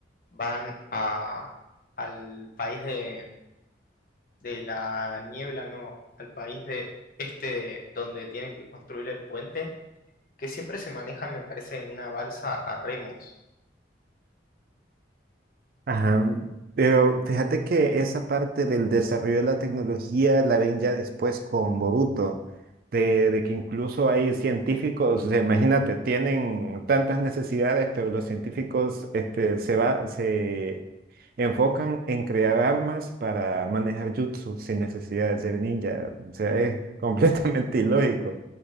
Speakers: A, on the left; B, on the right.
A: van a, al país de, de la niebla, no, al país de este de- donde tienen que construir el puente, que siempre se maneja, me parece, en una balsa a remos.
B: Ajá. Pero fíjate que esa parte del desarrollo de la tecnología la ven ya después con Boruto, de, de que incluso hay científicos, o sea, imagínate, tienen tantas necesidades, pero los científicos este, se va, se enfocan en crear armas para manejar jutsu sin necesidad de ser ninja. O sea, es <laughs> completamente ilógico.